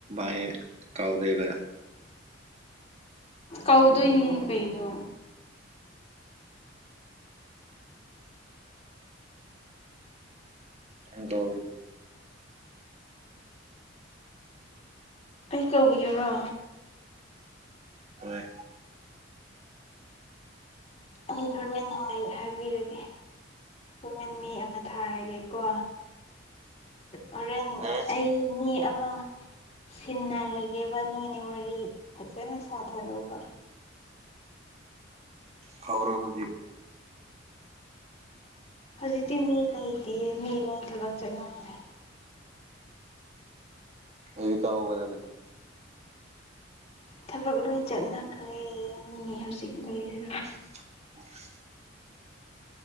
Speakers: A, on the right; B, on the left.
A: ꯥꯏ ꯀꯥꯎꯗꯣꯏꯕ
B: ꯀꯧꯗꯣꯏꯅꯤꯅꯦ ꯀꯩꯅꯣ
A: ꯪꯀꯔ
B: ꯑꯩ ꯀꯧꯕꯤꯒꯔꯣ
A: ꯍꯣꯏ
B: ꯑꯩ ꯍꯣꯔꯦꯟ ꯍꯥꯏꯕꯤꯔꯒꯦ ꯍꯣꯔꯦꯟ ꯃꯤ ꯑꯃ ꯊꯥꯔꯒꯦꯀꯣ ꯍꯣꯔꯦꯟ
A: ꯎꯝ
B: ꯑꯩ ꯃꯤ ꯑꯃ ꯁꯤꯟꯅꯔꯒꯦꯕ ꯅꯣꯏꯅ ꯋꯥꯔꯤ ꯐꯖꯅ ꯁꯥꯊꯔꯨꯕ
A: ꯈꯔ ꯍꯧꯖꯤꯛ
B: ꯍꯧꯖꯤꯛꯇꯤ ꯃꯤ ꯂꯩꯇꯦꯌꯦ ꯃꯤ ꯂꯩ ꯊꯕꯛ ꯆꯠꯅꯔꯦ
A: ꯍꯧ ꯀꯥꯎꯒꯗꯕꯅꯤ
B: ꯊꯕꯛ ꯂꯣꯏ ꯆꯠꯅꯈ꯭ꯔꯦ ꯃꯤ ꯍꯧꯖꯤꯛ ꯂꯩꯔꯔꯣꯏ
A: <inaudible>